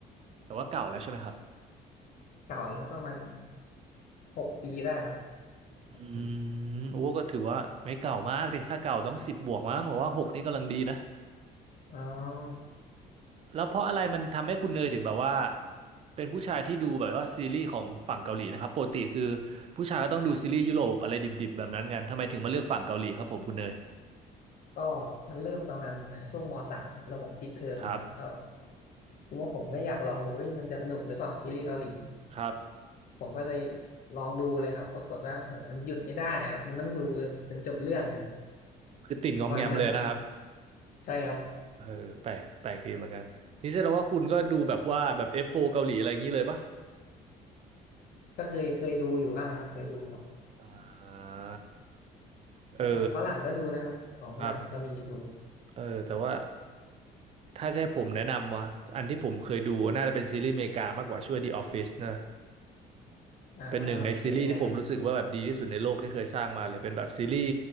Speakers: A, on the right (about 40°); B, on the left (about 55°).
A: แต่ว่าเก่าแล้วใช่ไหมครับ
B: เก่าแล้วครับประมาณหกปีได้ครับ
A: อื
B: พี่
A: มโอ้ก็ถือว่าไม่เก่ามากดิถ้าเก่าต้องสิบบวกมั้งผมว่าหกนี่กำลังดีนะ
B: อ๋อ
A: แล้วเพราะอะไรมันทำให้คุณเนยถึงแบบว่าเป็นผู้ชายที่ดูแบบว่าซีรีส์ของฝั่งเกาหลีนะครับปกติคือผู้ชายก็ต้องดูซีรีส์ยุโรปอะไรดิบๆแบบนั้นกันทำไมถึงมาเลือกฝั่งเกาหลีครับผมคุณเนย
B: ก็มันเริ่มประมาณช่วงมสามครับแล้วผมปิดเทอมครับแล้ว
A: ครับ
B: ทีนี้ผมก็อยากลองดูว่ามันจะสนุกหรือเปล่าซีรีส์เกาหลี
A: ครับ
B: ผมก็เลยลองดูเลยครับปรากฏว่าโอ้โหมันหยุดไม่ได้ครับมันต้องดูจนจบเรื่องเลยครับ
A: คือติดงอมแงมเลยนะครับ
B: ประมาณนั้น ใช่ครับ
A: เออแปลกแปลกดีเหมือนกันนี่แสดงว่าคุณก็ดูแบบว่าแบบ F4 เกาหลีอะไรอย่างนี้เลยปะ
B: ก็เคยเคยดูอยู่บ้างครับเคยดูครับ
A: อ่าเออ
B: แต่ของฝรั่งก็ดูนะครับของฝรั่งมันก็มีดู
A: ครับเออ แต่ว่าถ้าจะให้ผมแนะนำว่าอันที่ผมเคยดูน่าจะเป็นซีรีส์อเมริกามากกว่าชื่อว่า The Office นะ
B: อ่า
A: เป็นหนึ่งในซีรีส์ที่ผมรู้สึกว่าแบบดีที่สุดในโลกที่เคยสร้างมาเลยเป็นแบบซีรีส์
B: เป็นยังไงครับ